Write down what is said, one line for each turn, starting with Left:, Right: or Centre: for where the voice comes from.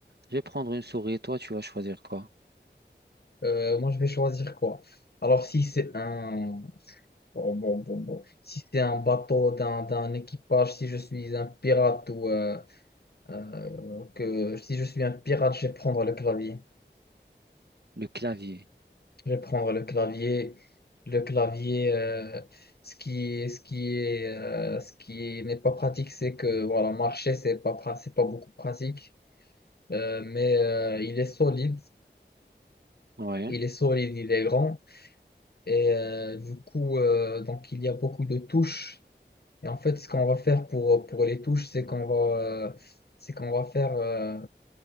Right: Je vais prendre une souris et toi, tu vas choisir quoi?
Left: Euh, moi, je vais choisir quoi? Alors, si c'est un... Bon, bon, bon, bon. Si c'est un bateau d'un d'un équipage, si je suis un pirate ou euh, euh, que si je suis un pirate, je vais prendre le clavier.
Right: Le clavier.
Left: Je vais prendre le clavier. Le clavier, euh, ce qui, ce qui est, euh, ce qui n'est pas pratique, c'est que voilà, marcher, c'est pas, pra- c'est pas beaucoup pratique. Euh, mais euh, il est solide.
Right: Ouais,
Left: Il est solide, il est grand. Et euh, du coup, euh, donc il y a beaucoup de touches. Et en fait, ce qu'on va faire pour, pour les touches, c'est qu'on va, euh, c'est qu'on va faire, euh,